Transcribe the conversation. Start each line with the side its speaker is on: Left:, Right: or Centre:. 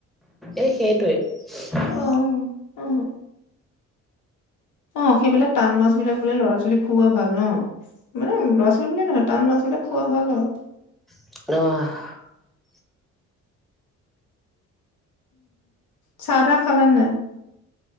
Centre: এ সেইটোৱে। হ <unintelligible>
Left: অ অ অ' সেইবিলাক টান মাছ বিলাক বোলে ল'ৰা ছোৱালিক খুওৱা ভাল ন। মানে ল'ৰা ছোৱালী বুলিয়ে নহয় টান মাছ বিলাক খোৱা ভাল আৰু।
Centre: <unintelligible>
Left: চাহ- তাহ খালা নাই?